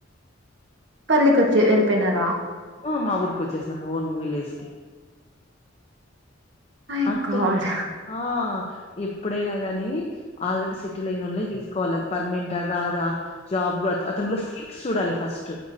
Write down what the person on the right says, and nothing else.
పెళ్లికి వచ్చి వెళ్ళిపోయినారా.
మై
గాడ్